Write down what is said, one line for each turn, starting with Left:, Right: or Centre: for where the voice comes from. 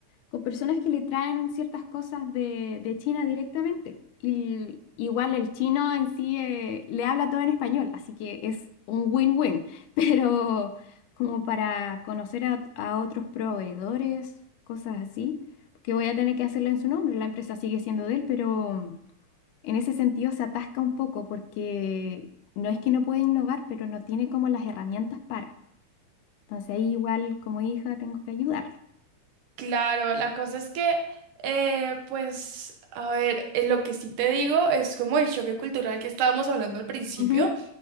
Left: con personas que le traen ciertas cosas de, de China directamente. Y igual el chino en sí eh, le habla todo en español, así que es un win-win. <laughs> Pero como para conocer a, a otros proveedores, cosas así, porque voy a tener que hacerlo en su nombre, la empresa sigue siendo de él, pero en ese sentido se atasca un poco porque no es que no pueda innovar, pero no tiene como las herramientas para. Entonces ahí igual como hija tengo que ayudarlo.
Right: Claro, la cosa es que, eh, pues, a ver, eh, lo que sí te digo es como el choque cultural que estábamos hablando al principio,
Left: Ujú.